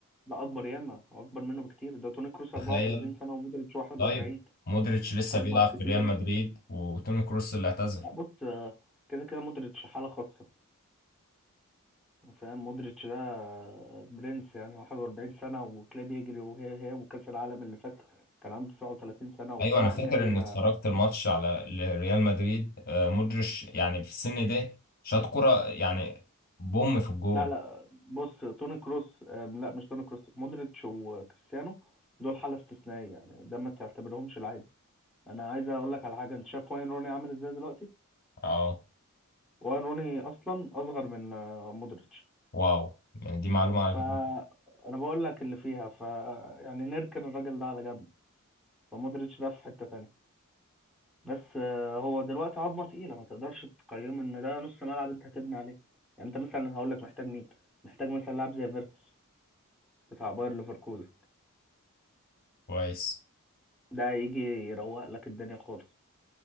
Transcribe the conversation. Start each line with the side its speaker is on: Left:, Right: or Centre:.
Centre: لا اكبر ياما اكبر منه بكتير ده توني كروس 34
Left: تخيل
Centre: سنة ومودريتش 41
Left: طيب مودريتش لسه
Centre: اكبر
Left: بيلعب
Centre: كتير
Left: في ريال مدريد وتوني كروس اللي اعتزل
Centre: لا بص آه، كده كده مودريتش حالة خاصة فاهم مودريتش ده برنس يعني هو 41 سنة وتلاقيه بيجري وهي هي وكأس العالم اللي فات كان عنده 39 سنة ورايح
Left: ايوه انا فاكر
Centre: جاي
Left: ان
Centre: ما
Left: اتفرجت الماتش على ريال مدريد آه، مودريتش يعني في السن ده شاط كرة يعني بوم في الجون
Centre: لا لا بص توني كروس آم، لا مش توني كروس مودريتش وكريستيانو دول حالة استثنائية يعني ده ما تعتبرهمش العادي انا عايز اقول لك على حاجة انت شايف واين روني عامل ازاي دلوقتي
Left: اه
Centre: واين روني اصلا اصغر من آه، مودريتش
Left: واو يعني دي معلومة على
Centre: فانا
Left: فكرة
Centre: بقول لك اللي فيها ف يعني نركن الراجل ده على جنب فمودريتش ده في حتة تانية بس آه، هو دلوقتي عظمه تقيله ما تقدرش تقيمه ان ده نص ملعب انت هتبني عليه يعني انت مثلا هقول لك محتاج مين محتاج مثلا لاعب زي فيرتس بتاع باير ليفركوزن
Left: كويس
Centre: ده يجي يروق لك الدنيا خالص